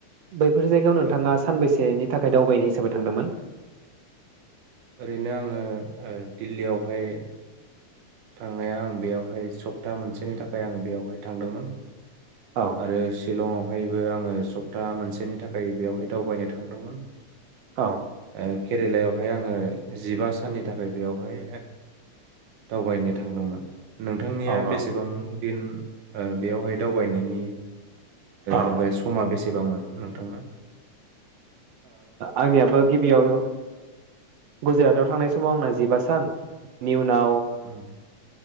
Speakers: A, on the right; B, on the right.
A: बैफोर जायगायाव नोंथाङा
B: औ
A: सानबेसेनि थाखाय दावबायनाय हिसाबै थांदोंमोन
B: ओरैनो आङो दिल्लीयावहाय थांनाया आं बेयावहाय सप्ता मोनसेनि थाखाय आं बेयावहाय थांदोंमोन
A: औ
B: आरो शिलंआव बेवहायबो आङो सप्ता मोनसेनि थाखाय बेयावहाय दावबायनो थांदोंमोन
A: औ
B: ओ केरेलायावहाय आङो जिबा साननि थाखाय बेयावहाय दावबायनो थांदोंमोन नोंथांनिया
A: औ
B: बेसेबां
A: औ
B: दिन बेयावहाय दा थगायनायनि
A: औ
B: माबाया समा बेसेबांमोन नोंथांना
A: आंनियाबो गिबियाव गुजराताव थांनाय समाव आंना जिबा साननि उन ना
B: उम